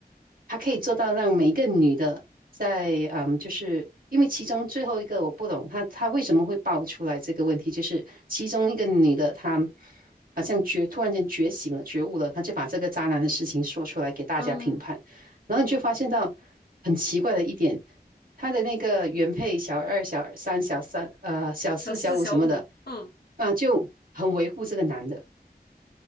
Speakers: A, on the right; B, on the left.
A: 他可以做到让每一个女的在嗯，就是因为其中最后一个我不懂他他为什么会爆出来这个问题，就是其中一个女的她好像觉突然间觉醒了、觉悟了，她就把这个渣男的事情说出来给大家评判，
B: 嗯，
A: 然后你就发现到很奇怪的一点。他的那个原配小二、小三、小三呃小四、
B: 小四小五，
A: 小五什么的，
B: 嗯，
A: 啊，就很维护这个男的，